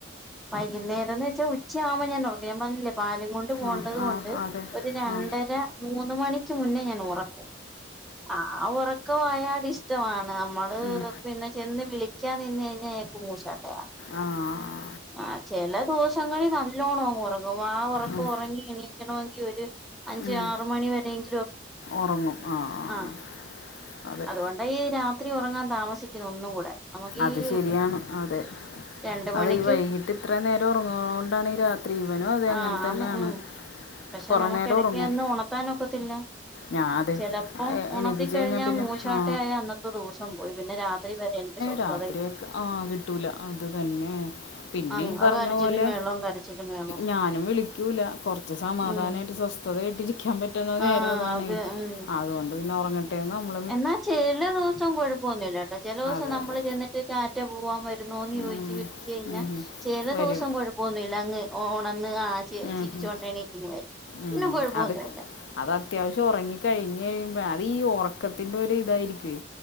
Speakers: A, in the centre; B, on the left.
A: വൈകുന്നേരന്ന് വെച്ച ഉച്ച ആവുമ്പോ ഞൻ ഒറക്കും. ഞാൻ പറഞ്ഞില്ലേ പാലും കൊണ്ട് പോണ്ടത്
B: ആ
A: കൊണ്ട്
B: ആ അതെ
A: ഒരു രണ്ടര
B: ആ
A: മൂന്ന് മണിക്ക് മുന്നേ ഞാൻ ഒറക്കും. ആ ഉറക്ക വായാട് ഇഷ്ടമാണ് നമ്മള്
B: ഉം.
A: പിന്നെ ചെന്ന് വിളി ക്കാൻ നിന്നു കഴിഞ്ഞ അയാൾക് മുഷട്ടായ
B: ആഹ
A: ആ ചെല ദിവസങ്ങളിൽ നല്ലോണം അങ്ങ് ഒറങ്ങും അഹ് ഒറക്കം
B: ഉം.
A: ഒറങ്ങി എണിക്കണമെങ്കി ഒരു അഞ്ച്
B: ഉം.
A: ആറ് മണിവരെ എങ്കി
B: ഉറങ്ങും
A: ആ
B: ആ അതെ
A: അതുകൊണ്ട് ഈ ര രാത്രി ഒറങ്ങാൻ താമസിക്കുന്നു ഒന്നും കൂടെ നമുക്ക്
B: അത്
A: ഈ
B: ശരിയാണ് അതെ
A: രണ്ട് മണി
B: അതെ ഈ വൈകിട്ട് ഇത്ര നേരം ഒറങ്ങണകൊണ്ടാണ് ഈ രാത്രി ഇവനും അതെ അങ്ങനെ
A: ആ
B: തന്നെയാണ്
A: ആന്ന് ഉം പക്ഷെ
B: കുറേ
A: നമുക്ക്
B: നേരം
A: ഇടക്ക്
B: ഉറങ്ങും
A: ഒന്ന് ഉണത്താനൊക്കത്തില്ല.
B: ഞാൻ അതെ
A: ചിലപ്പം
B: എ-
A: ഉണത്തിക്കഴിഞ്ഞാൽ
B: എണീപ്പിച്ച് കഴിഞ്ഞാൽ പിന്നെ
A: മൂശാട്ടയായ
B: ആ
A: അന്നത്തെ ദിവസം പോയി പിന്നെ രാത്രി വരെ എനിക്ക് സ്വസ്ഥതയില്ല
B: രാത്രിയെ ആ കിട്ടൂല അത് തന്നെ പിന്നെ
A: അങ്ങ
B: ഈ പറഞ്ഞ
A: കരച്ചിലും
B: പോലെ
A: മേളവും കരച്ചിലും മേളവും
B: ഞാനും വിളിക്കൂല്ല കൊർച്ച് സമാധാനമായിട്ട്
A: ഉം
B: സ്വസ്ഥതയായിട്ട് ഇരിക്കാൻ പറ്റുന്ന നേരം
A: ആഹ് അത് ഉം
B: അത് കൊണ്ട് പിന്നെ ഉറങ്ങട്ടെയെന്ന് നമ്മ
A: എന്നാ ചെല ദിവസം കൊ ഴപ്പമൊന്നുമില്ലട്ടോ. ചെല ദിവസം
B: അതെ
A: നമ്മൾ
B: അതെ
A: ചെന്നിട്ട് റ്റാറ്റാ പോവാൻ വ വരുന്നോയെന്ന്
B: ഉം,
A: ചോയ്ച്ച വിളിച്ച കഴിഞ്ഞൽ
B: ഉം, ഉം.
A: ചെല
B: വരും
A: ദിവസം കൊ ഴപ്പമൊന്നുമില്ല അങ്ങ് ഒ ആ ചിരിച്ചുകൊണ്ടണിറ്റിങ്
B: ഉം, ഉം,
A: വരും
B: ഉം.
A: പിന്നെ കൊഴപ്പമൊന്നുമല്ല
B: അത് കൊ- അത് അത്യാവശ്യം ഉറങ്ങി കഴിഞ്ഞ് കഴിഞ്ഞ് അത് ഈ ഉറക്കത്തിന്റെ ഒരു ഇതായിരിക്കുവേ